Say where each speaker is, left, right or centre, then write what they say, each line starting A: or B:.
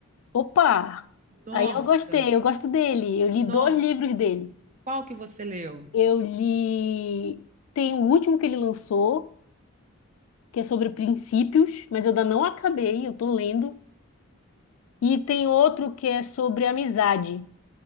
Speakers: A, on the left; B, on the right.
A: Opa!
B: Nossa!
A: Aí eu gostei, eu gosto dele. Eu li
B: nó
A: dois livros dele.
B: Qual que você leu?
A: Eu li. Tem o último que ele lançou, que é sobre princípios, mas eu ainda não acabei, eu tô lendo. E tem outro que é sobre amizade.